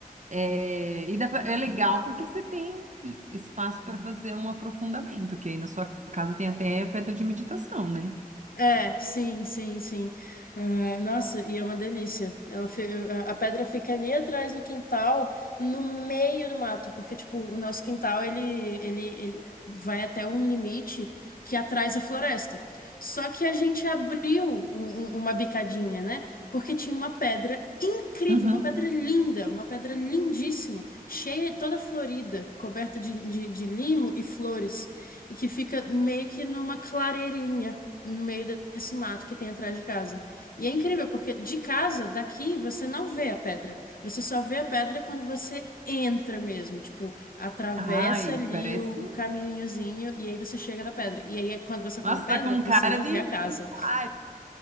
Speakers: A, on the right; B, on the left.
A: É, e dá pra- é legal porque você tem espaço para fazer um aprofundamento, que aí na sua casa tem até pedra de meditação, né?
B: É, sim, sim, sim. Ah, nossa, e é uma delícia. Ela fe- a a pedra fica ali atrás no quintal, no meio do mato, porque tipo, o nosso quintal ele, ele, ele vai até um limite que atrás a floresta. Só que a gente abriu um- um- uma bicadinha, né? Porque tinha uma pedra incrível,
A: Uhum.
B: uma pedra linda, uma pedra lindíssima, cheia, toda florida, coberta de, de, de limo e flores, e que fica meio que numa clareirinha no meio de- desse mato que tem atrás de casa. E é incrível, porque de casa, daqui, você não vê a pedra. Você só vê a pedra quando você entra mesmo. Tipo, atravessa
A: Ai,
B: ali
A: parece.
B: o, o caminhozinho e aí você chega na pedra. E aí, quando você tá
A: Nossa,
B: na pedra,
A: tá com um
B: você
A: cara
B: não
A: de
B: vê a casa.
A: santuário.